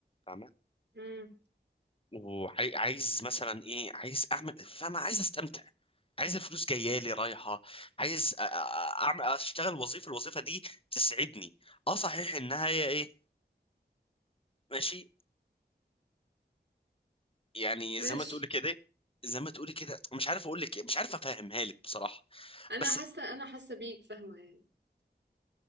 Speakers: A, on the left; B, on the right.
A: فاهمة؟
B: امم
A: وعايز مثلا ايه عايز اعمل فاهمة عايز استمتع عايز الفلوس جايه لي رايحه عايز أ- أ- اعمل اشتغل وظيفه الوظيفه دي تسعدني اه صحيح انها هي ايه ماشي يعني
B: ماشي
A: زي ما تقولي كده زي ما تقولي كده مش عارف اقول لك إيه، مش عارف افهمها لك بصراحه
B: انا
A: بس
B: حاسة انا حاسة بيك فاهمة يعني